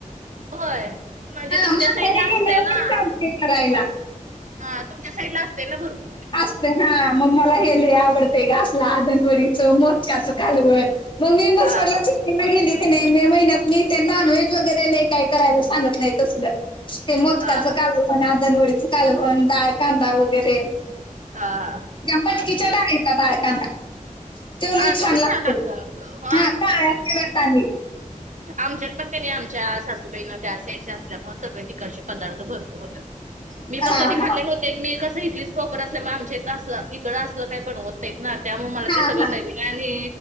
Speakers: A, on the right; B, on the left.
A: होयं म्हंणजे तुमच्यां
B: माहेरी
A: साईडलां असतंय
B: गेल्यावर मी
A: नां.
B: सांगते करायला.
A: हां तुमच्यां साईड लां असतीलं नां भरंपूर.
B: असतं हां मंग मलां हेले आवडतंय गं असलं आदनवडीचं मोजकाचं कालवणं. मम्मींदचं
A: हा
B: पडलाचं गेले की नाहीं मे महिन्यांत मी ते नॉनव्हेज वगैरें कायं करायलां सांगत नाहीं तसं. ते मोदकाचं
A: हा हा
B: कालवणं आदनवडीचं कालवणं डाळं कांदा वगैरें
A: हां. हां.
B: मटकीचां डाळींचा डाळं कांदा तो लंय
A: हा
B: छान
A: पण
B: लागतं
A: लागतो. हो
B: हां काळयां कलर आहे.
A: आमच्यातं पणं त्यांनी आमच्यां सासूबाईनां त्यां साईड असल्यांमुळे सगळें ठिकाणचे पदार्थ भरंपूर होतातं. मी
B: हा
A: पणं कधी
B: हा
A: खाल्ले नव्हते मी कसं इथलीचं प्रॉपर असल्यां मुळे आमच्यां इथ असं इकडं असलं कायं बनवंत नाहीं. नाहीतं नां त्यांमुळे मलां ते
B: हा
A: सगळं
B: हा
A: नवीणं आहे आणि